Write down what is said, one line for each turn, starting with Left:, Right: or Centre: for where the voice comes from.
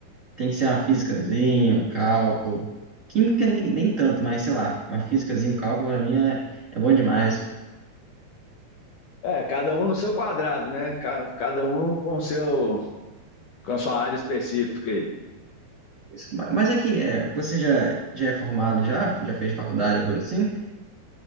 Right: Tem que ser uma físicazinha, um cálculo. Química nem, nem tanto, mas sei lá, uma físicazinha, um cálculo pra mim é, é bom demais.
Left: É, cada um no seu quadrado, né? Ca- Cada um com o seu, com a sua área específica aí.
Right: Isso, ma- Mas aqui, é, você já, já é formado, já, já fez faculdade, alguma coisa assim?